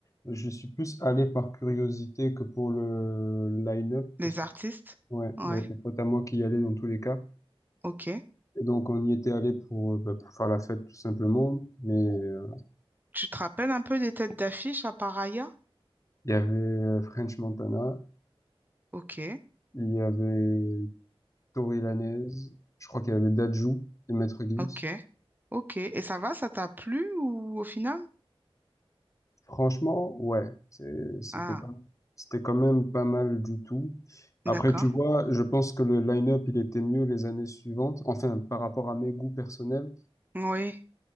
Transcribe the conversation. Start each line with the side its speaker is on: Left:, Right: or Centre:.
Left: je suis plus allé par curiosité que pour le line-up.
Right: Les
Left: parce
Right: artistes?
Left: Ouais,
Right: Ouais.
Left: il y avait des potes à moi qui y allaient dans tous les cas.
Right: Ok.
Left: Et donc, on y était allé pour, euh, bah, pour faire la fête, tout simplement. Mais euh,
Right: Tu te rappelles un peu des têtes d'affiche à Paraya?
Left: il y avait euh, French Montana,
Right: Ok.
Left: il y avait Tory Lanez, je crois qu'il y avait Dadju et Maître Gims.
Right: Ok. Ok. Et ça va, ça t'a plu ou au final?
Left: Franchement, ouais, c'est- c'était
Right: Ah,
Left: quand même, c'était quand même pas mal du tout. Après,
Right: d'accord.
Left: tu vois, je pense que le line-up, il était mieux les années suivantes. Enfin, par rapport à mes goûts personnels.
Right: Oui.